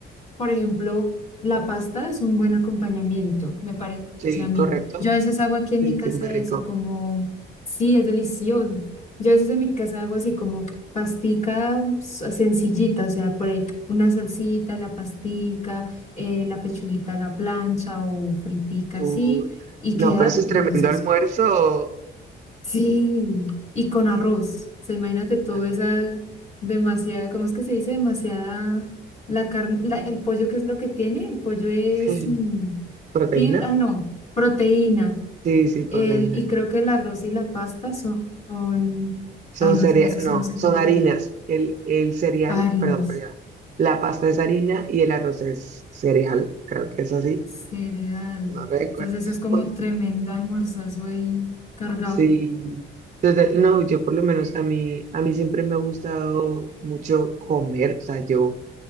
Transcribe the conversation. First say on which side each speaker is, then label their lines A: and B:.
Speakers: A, on the left (about 35°); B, on the right (about 40°).
A: por ejemplo, la pasta es un buen acompañamiento, me parece
B: Sí,
A: a mí.
B: correcto.
A: Yo a veces hago aquí en
B: Sí,
A: mi casa
B: sí, muy rico.
A: eso, como, sí, es delicioso. Yo a veces en mi casa hago así como pastica s- sencillita, o sea, por ahí una salsita, la pastica, eh, la pechuguita a la plancha o fritica
B: Tú...
A: así, y
B: No,
A: queda
B: pero eso es
A: delicioso.
B: tremendo almuerzo.
A: Sí, y con arroz. O sea, imagínate toda
B: Ay,
A: esa demasiada, ¿cómo es que se dice? Demasiada la carne, la- el pollo, ¿qué es lo que tiene? El pollo es
B: <laughs>
A: mm,
B: ¿Proteína?
A: fibra, ay no, proteína.
B: Sí, sí, proteína.
A: El, y creo que el arroz y la pasta son, son-
B: Son
A: ay no,
B: cereales,
A: en eso sí
B: no,
A: no sé
B: son
A: cómo
B: harinas.
A: la llaman,
B: El, el cereal,
A: harinas,
B: perdón, pero La pasta es harina y el arroz es cereal, creo que es así,
A: cereal.
B: no recuerdo.
A: Entonces eso es como
B: Uy,
A: tremendo almorzazo ahí cargado.
B: sí, Entonces, no, yo por lo menos a mí, a mí siempre me ha gustado mucho comer, o sea, yo,